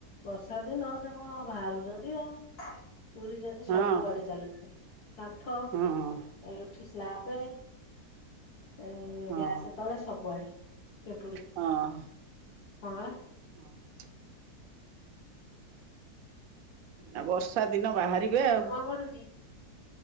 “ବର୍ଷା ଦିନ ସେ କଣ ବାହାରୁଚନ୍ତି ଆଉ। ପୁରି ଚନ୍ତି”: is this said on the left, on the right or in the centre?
Left